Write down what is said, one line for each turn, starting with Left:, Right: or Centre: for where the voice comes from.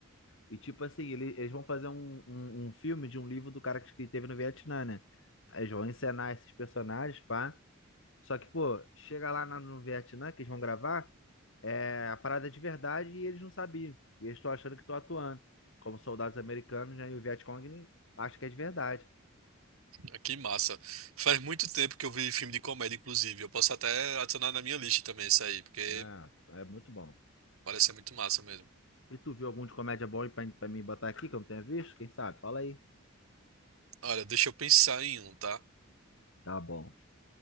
Left: E tipo assim, ele- eles vão fazer um, um, um filme de um livro do cara que que teve no Vietnã, né? Aí Eles vão encenar esses personagens, pá. Só que, pô, chega lá na- no Vietnã que eles vão gravar. é a parada é de verdade e eles não sabiam. E eles estão achando que estão atuando. Como soldados americanos, né? E o Vietcong acha que é de verdade.
Right: Ah, Que massa. Faz muito tempo que eu vi filme de comédia, inclusive. Eu posso até adicionar na minha lista também isso aí, porque
Left: né é muito bom.
Right: parece ser muito massa mesmo.
Left: E tu viu algum de comédia bom aí pra, pra mim botar aqui que eu não tenha visto? Quem sabe? Fala aí.
Right: Olha, deixa eu pensar em um, tá?
Left: Tá bom.